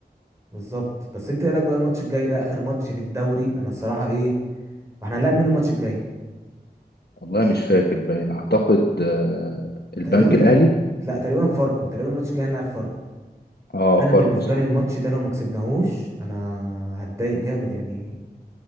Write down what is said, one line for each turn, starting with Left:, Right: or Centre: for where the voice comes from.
Right: بالظبط بس انت ايه رايك بقى الماتش الجاي ده اخر ماتش في الدوري انا الصراحه ايه احنا هنلعب من الماتش الجاي
Left: والله مش فاكر باين اعتقد آه، البنك
Right: تقريبا
Left: الاهلي
Right: لا تقريبا فاركو تقريبا الماتش الجاي هنلعب فاركو
Left: اه
Right: انا
Left: فاركو
Right: بالنسبه
Left: صح
Right: لي الماتش ده لو ما كسبناهوش انا هتضايق جامد يعني